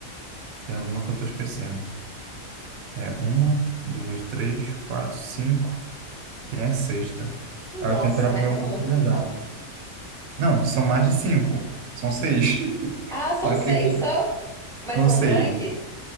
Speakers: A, on the right (about 80°); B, in the centre.
A: Tem alguma que eu tô esquecendo. É, uma, duas, três, quatro, cinco. Tem a sexta. Aí
B: Nossa,
A: eu tenho que olhar
B: mas
A: para o meu
B: é muito,
A: corpo e lembrar.
B: então.
A: Não, são mais de cinco. São seis. <laughs>
B: Ah, são
A: Só que
B: seis
A: eu tô-
B: só? Mas
A: são
B: são
A: seis.
B: grandes?